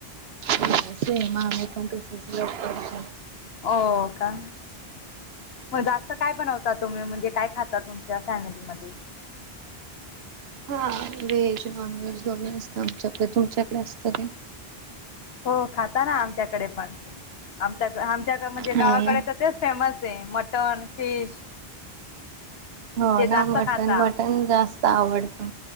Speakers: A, on the right; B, on the left.
A: <unintelligible>
B: हो का. मग जास्त काय बनवतात. तुम्ही म्हणजे काय खाता तुमच्या फॅमिलीमध्ये.
A: हा व्हेज नॉन व्हेज दोन्ही असत आमच्याकडे. तुमच्याकडे असतं काय?
B: हो खाता ना आमच्याकडे पण. आमच्या आमच्या म्हणजे गावाकडे
A: हा ना.
B: तर तेच फेमस मटन, फिश
A: हो
B: ते
A: ना
B: जास्त
A: मटन.
B: खाता
A: मटण जास्त आवडत.